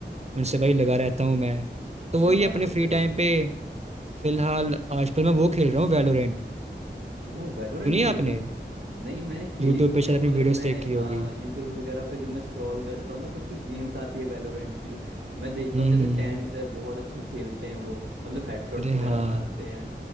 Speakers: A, on the right; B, on the right.
A: उनसे भाई लगा रहता हूँ मैं तो
B: ये
A: वही
B: बात
A: अपने
B: तो
A: फ्री
B: सही
A: टाइम
B: है
A: पे फिलहाल आजकल मैं वो खेल रहा हूँ वैलोरेंट
B: वो वैलोरेंट
A: सुनिए
B: खेल
A: आपने
B: रहे हो नहीं मैंने खेली
A: यूट्यूब
B: तो नहीं
A: पे शायद
B: है
A: अपनी
B: पर
A: वीडियोस
B: मैं
A: देखी
B: हाँ
A: होगी
B: यूट्यूब्स वगैरह पे जब मैं स्क्रॉल करता हूँ ना कुछ कुछ गेम्स आती है वैलोरेंट की मैं देखता
A: हम्म
B: हूँ जैसे
A: हम्म,
B: टेंस है बहुत अच्छा खेलते हैं वो मतलब हेडशॉट्स
A: अरे
B: वगैरह
A: हाँ
B: मारते हैं